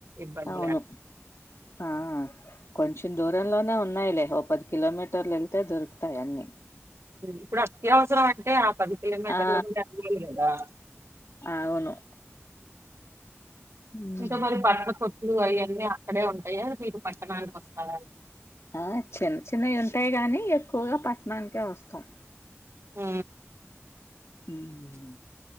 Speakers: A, on the right; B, on the left.
A: ఇబ్బంది
B: అవును
A: లేక
B: ఆ కొంచెం దూరంలోనే ఉన్నాయిలే ఓ పది కిలోమీటర్లు వెళ్తే దొరుకుతాయి అన్నిీ
A: ఇప్పుడు అత్యవసరం అంటే ఆ పది కిలోమీటర్ల
B: ఆ
A: <unintelligible> కదా
B: అవును ఉమ్
A: ఇంకా మరి బట్లా కొ ఇప్పుడు అయ్యన్నీ అక్కడే ఉంటాయా మీరు పట్టణానికొస్తారా?
B: ఆ చిన్న చిన్నయి ఉంటాయి గాని ఎ ఎక్కువగా పట్టణానికే వస్తాం
A: ఆ
B: ఉం